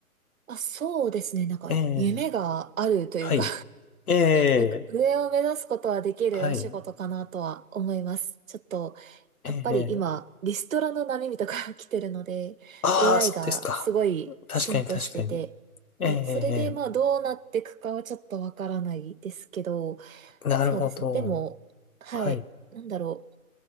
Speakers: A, on the right; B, on the left.
A: あ、そうですね。なんか、
B: ええ、
A: 夢があるというか
B: はい。ええ、
A: なんか上を目指すことはできるお仕事かなとは思います。
B: はい。
A: ちょっと、
B: ええ、
A: やっぱり今、リストラの波とか <laughs> 来てるので、
B: ああ、
A: AI
B: そうですか。
A: がすごい進歩してて、
B: 確かに確かに。ええ、
A: はい。それで、
B: え
A: まあ、どうなっていくかはちょっとわからないですけど、
B: えなるほど。
A: そうですね。でも、はい。
B: はい。
A: なんだろう。